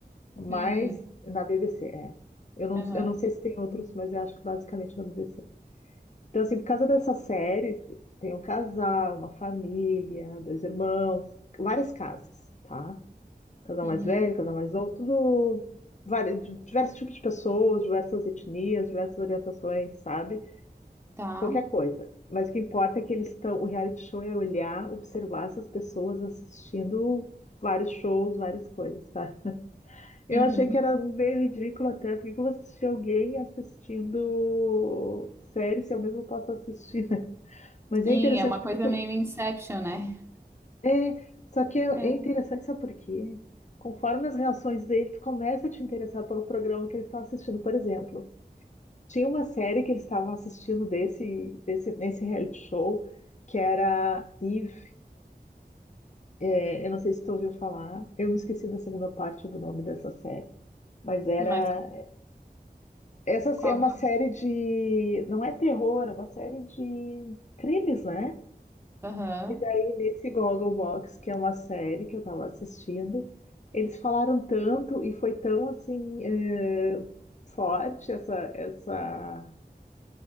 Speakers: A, on the left; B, on the right.
A: Mas,
B: Hum,
A: na BBC, é. Eu não,
B: aham,
A: eu não sei se tem outros, mas eu acho que basicamente na BBC. Então, assim, por causa dessa série, tem um casal, uma família, dois irmãos, várias casas, tá? Casal
B: uhum,
A: mais velho, casal mais novo, tudo. Vários, diversos tipos de pessoas, diversas etnias, diversas orientações, sabe?
B: tá.
A: qualquer coisa. Mas o que importa é que eles estão. O reality show é olhar, observar essas pessoas assistindo vários shows, várias coisas, tá? Eu
B: Uhum.
A: achei que era meio ridículo até, porque que eu vou assistir alguém assistindo série se eu mesmo posso assistir, né? Mas
B: Sim,
A: é interessante
B: é uma
A: porque
B: coisa
A: tu.
B: meio Inception, né?
A: É, só que é
B: É,
A: é interessante, sabe por quê? Conforme as reações dele, tu começa a te interessar pelo programa que eles estão assistindo, por exemplo. Tinha uma série que eles estavam assistindo desse, desse, nesse reality show, que era Eve. É, eu não sei se tu ouviu falar, eu me esqueci da segunda parte do nome dessa série. Mas era.
B: mas qu-
A: Essa
B: qual,
A: é uma
B: que
A: série de. Não é terror, é uma série de crimes, né?
B: é? aham,
A: E daí, nesse Gogglebox, que é uma série que eu tava assistindo, eles falaram tanto e foi tão assim. eh, forte essa, essa